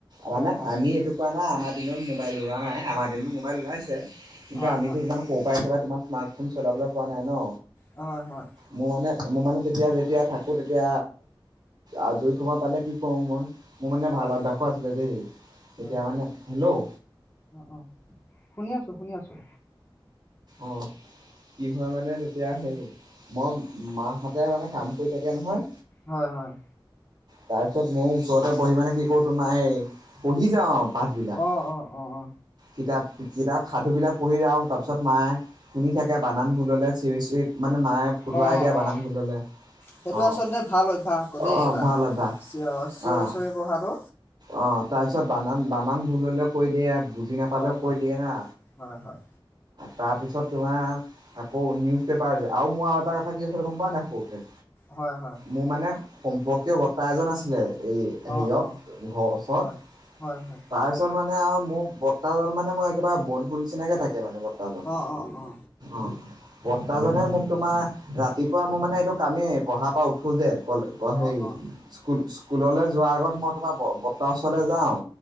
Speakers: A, on the right; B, on the left.
A: মানে
B: হয় হয়
A: আমি কোৱা নাই আমাৰ দিনত মোবাইল ওলোৱা নাই আমাৰ দিনত মোবাইল ওলাইছে কিন্তু
B: হয়
A: আমিতো
B: হয়
A: ইমান সৰু পৰা একেবাৰে তোমাৰ স্মাৰ্টফোন চলাবলৈ পোৱা নাই ন
B: হয় হয়
A: মোৰ মানে মোৰ মানে তেতিয়া যেতিয়া থাকোঁ তেতিয়া আজৰি সময় পালে কি কৰোঁ মই মোৰ মানে
B: হয়
A: ভাল অভ্যাসো আছিলে দেই
B: হয়
A: এতিয়া
B: হয়
A: মানে হেল্ল'
B: অ অ শুনি আছোঁ শুনি আছোঁ
A: অ কি হয় মানে তেতিয়া সেই মই মাহঁতে মানে কাম কৰি থাকে নহয়
B: হয় হয়
A: তাৰপিছত মোৰ ওচৰতে বহি মানে কি কৰোঁ তোমা এই - পঢ়ি যাওঁ পাঠ বিলাক
B: অ অ অ অ
A: কিতাপ কিতাপ সাধুবিলাক পঢ়ি আওঁ তাৰপিছত মায়ে শুনি থাকে বানান ভুল হলে সিৰি চিৰিক মানে মায়ে শুধুৱাই
B: অ
A: দিয়ে বানান
B: অ
A: ভুল হলে।
B: সেইটো
A: আহ
B: আচলতে ভাল অভ্যাস আকৌ দেই
A: আহ
B: এটা
A: ভাল অভ্যাস
B: চিঞ চিঞৰি
A: আহ।
B: চিঞৰি পঢ়াটো
A: অ তাৰ পিছত বানান বানান ভুল হলেও কৈ দিয়ে বুজি নাপালেও
B: হয় হয়
A: কৈ দিয়ে হা।
B: হয় হয়।
A: তাৰ পি ছত তোমাৰ আকৌ নিউজ পেপাৰ যে আৰু মোৰ আৰু এটা কথা কি আছিলতে গম পোৱা নাই সৰুতে
B: হয় হয় হয়
A: মোৰ মানে সম্পৰ্কীয় বৰ্তা এজন আছিলে এই হেৰিয়ত,
B: অ অ
A: ঘৰৰ ওচৰত
B: হয় হয় হয়
A: তাৰ পিছত মানে আৰু মোৰ বৰ্তাজন মানে মই একেবা বন্ধু নিচিনাকে থাকে মানে বৰ্তাজন।
B: অ অ অ
A: অ বৰ্তাজনে মোক তোমাৰ ৰাতিপুৱা মোৰ মানে এইটো কামেই পঢ়াৰ পৰা উঠো যে
B: অ',
A: হেৰি
B: অ',
A: স্কু স্কুললৈ যোৱাৰ আগত মই তোমাৰ বৰ্তা ওচলে যাওঁ,